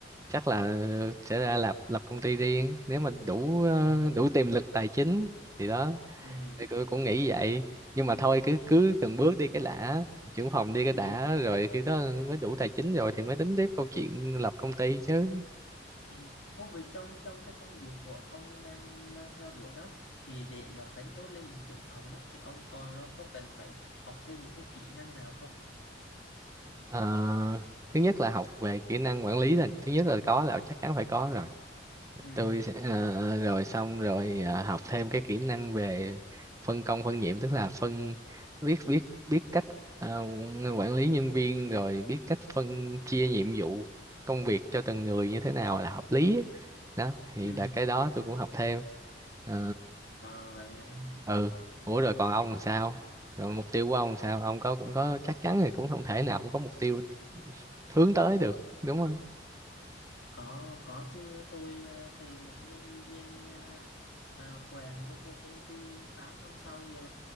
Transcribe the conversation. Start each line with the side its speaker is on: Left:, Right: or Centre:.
Right: chắc là sẽ ra lập lập công ty riêng nếu mà đủ ờ,
Left: ừ
Right: đủ tiềm lực tài chính thì đó
Left: ừ
Right: thì tôi cũng nghĩ vậy nhưng mà thôi cứ cứ từng bước đi cái đã trưởng phòng đi cái
Left: ừ
Right: đã rồi khi đó mới đủ tài chính rồi thì mới tính tiếp câu chuyện lập công ty chứ
Left: Ừ. Ô, vậy trong trong cái công việc của ông đang đang theo đuổi đó thì để mà phấn đấu lên một trưởng phòng á thì ông còn nó có cần phải học thêm những cái kỹ năng nào không?
Right: Ờ, thứ nhất là học về kỹ năng quản lý là thứ nhất là có là chắc chắn phải có rồi
Left: Ừ.
Right: tôi sẽ ờ, rồi xong rồi ờ, học thêm cái kỹ năng về phân công phân nhiệm tức là phân biết biết biết cách ờ, quản lý nhân viên rồi biết cách phân chia nhiệm vụ công việc cho từng người như thế nào là hợp lý á. đó thì
Left: Ừ.
Right: là cái đó tôi cũng học thêm Ờ,
Left: À vậy hả?
Right: ừ ủa rồi còn ông làm sao rồi mục tiêu của ông làm sao ông có cũng có chắc chắn thì cũng không thể nào không có mục tiêu hướng tới được đúng không
Left: Có có chứ tôi à, từ một nhân viên à, à, quèn bước vô công ty 8 năm sau giờ